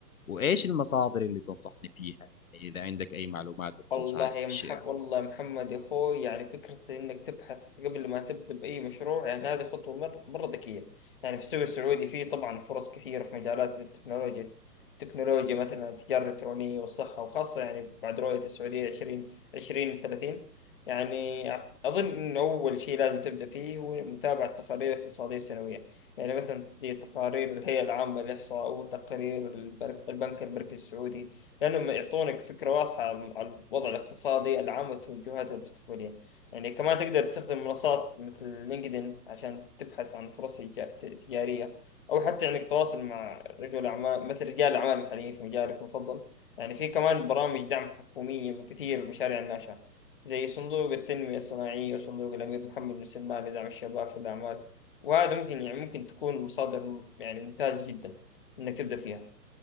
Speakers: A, on the left; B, on the left.
A: وايش المصادر اللي تنصحني فيها اذا عندك اي معلومات بخصوص
B: والله
A: هذه
B: يا
A: الاشياء
B: محمد والله محمد يا اخوي يعني فكرة انك تبحث قبل ما تبدأ بأي مشروع يعني هذه خطوة مر- مرة ذكية يعني في السوق السعودي فيه طبعا فرص كثيرة في مجالات مثل التكنولوجيا التكنولوجيا مثلا التجارة الإلكترونية والصحة وخاصة يعني بعد رؤية السعودية 20 20 30 يعني أظن أن أول شيء لازم تبدأ فيه هو متابعة تقارير اقتصادية سنوية يعني مثلا زي تقارير الهيئة العامة للإحصاء وتقارير البر- البنك المركزي السعودي لأنهم يعطونك فكرة واضحة عن عن الوضع الاقتصادي العام والتوجهات المستقبلية يعني كمان تقدر تستخدم منصات مثل لينكدين عشان تبحث عن فرص تجا- تجارية أو حتى إنك تتواصل مع رجل أعمال مثل رجال أعمال محليين في مجالك المفضل يعني في كمان برامج دعم حكومية بكثير مشاريع الناشئة زي صندوق التنمية الصناعية وصندوق الأمير محمد بن سلمان لدعم الشباب في الأعمال وهذا ممكن يعني ممكن تكون مصادر يعني ممتازة جدا إنك تبدأ فيها